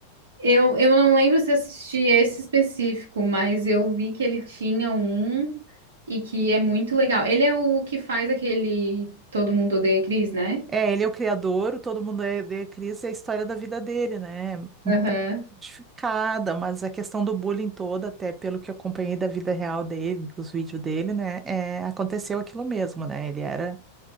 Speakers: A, on the right (about 65°); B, on the right (about 20°).
A: Eu, eu não lembro se assisti esse específico, mas eu vi que ele tinha um e que é muito legal. Ele é o que faz aquele Todo Mundo Odeia Chris, né?
B: É, ele é o criador, todo mundo é, é Cris, é a história da vida dele, né? Um
A: Aham.
B: pouco modificada, mas a questão do bullying toda, até pelo que eu acompanhei da vida real dele, dos vídeos dele, né? É, aconteceu aquilo mesmo, né? Ele era,